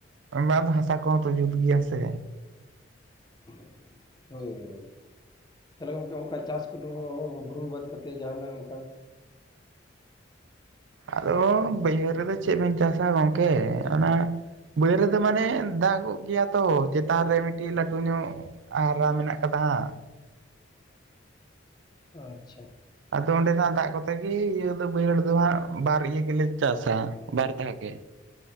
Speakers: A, on the right; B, on the left.
A: ᱚᱱᱟ ᱫᱚ ᱦᱟᱥᱟ ᱠᱚ ᱦᱚᱸ ᱛᱚ ᱡᱩᱛ ᱜᱮᱭᱟ ᱥᱮ᱾
B: ᱦᱳᱭ ᱦᱳᱭ, ᱛᱟᱦᱚᱞᱮ ᱜᱚᱢᱠᱮ ᱚᱱᱠᱟ ᱪᱟᱥ ᱠᱚ ᱫᱚ ᱦᱩᱲᱩ ᱵᱟᱫ ᱠᱟᱛᱮᱫ ᱡᱟᱦᱟᱱᱟᱜ ᱚᱝᱠᱟ?
A: ᱟᱫᱚ ᱵᱟᱹᱭᱦᱟᱹᱲ ᱨᱮ ᱫᱚ ᱪᱮᱫ ᱵᱤᱱ ᱪᱟᱥᱟ ᱜᱚᱢᱠᱮ? ᱚᱱᱟ ᱵᱟᱹᱭᱦᱟᱹᱲ ᱨᱮ ᱫᱚ ᱢᱟᱱᱮ ᱫᱟᱜᱚᱜ ᱜᱮᱭᱟ ᱛᱚ ᱪᱮᱛᱟᱱ ᱨᱮ ᱢᱤᱫᱴᱤᱡ ᱞᱟᱹᱴᱩ ᱧᱚᱜ, ᱟᱨᱟ ᱢᱮᱱᱟᱜ ᱟᱠᱟᱫᱟ ᱦᱟᱜ᱾
B: ᱟᱪᱪᱷᱟ,
A: ᱟᱫᱚ ᱚᱸᱰᱮᱱᱟᱜ ᱫᱟᱜ ᱠᱚᱛᱮ ᱜᱮ ᱤᱭᱟᱹ ᱫᱚ ᱵᱟᱹᱭᱦᱟᱹᱲ ᱫᱚ ᱦᱟᱸᱜ ᱵᱟᱨ ᱤᱭᱟᱹ ᱜᱮᱞᱮ ᱪᱟᱥᱟ, ᱵᱟᱨᱫᱷᱟ ᱜᱮ᱾